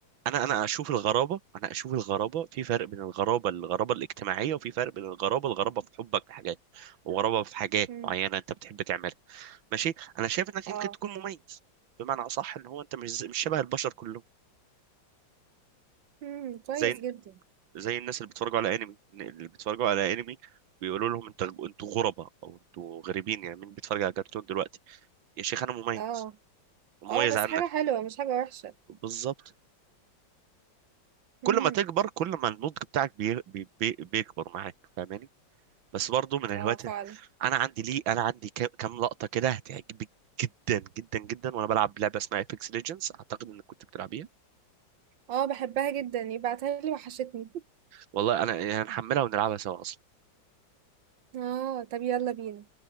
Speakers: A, on the right; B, on the right.
A: انا انا اشوف الغرابه انا اشوف الغرابه في فرق بين الغرابه الغرابه الاجتماعيه وفي فرق بين الغرابه الغرابه في حبك لحاجات وغرابه في حاجات
B: امم
A: معينه انت بتحب تعملها ماشي انا شايف انك
B: اه
A: يمكن تكون مميز بمعنى اصح ان هو انت مش مش شبه البشر كلهم
B: امم كويس
A: زي
B: جدا
A: زي الناس اللي بيتفرجوا على انمي اللي بيتفرجوا على انمي بيقولوا لهم انت انتوا غرباء او انتوا غريبين يعني مين بيتفرج على كرتون دلوقتي يا شيخ انا مميز
B: اه
A: مميز
B: اه بس
A: عنك
B: حاجه حلوه مش حاجه وحشه
A: بالظبط كل
B: امم
A: ما تكبر كل ما النضج بتاعك بي... بي... بي... بيكبر معاك فاهماني بس برضو من الهوايات
B: اه فعلا
A: انا عندي ليه انا عندي كام كام لقطة كده هتعجبك جدا جدا جدا وانا بلعب لعبة اسمها ايبكس ليجندز اعتقد انك كنت بتلعبيها
B: اه بحبها جدا يبعتها لي وحشتني
A: والله انا يعني هنحملها ونلعبها سوا اصلا.
B: <laughs> اه طب يلا بينا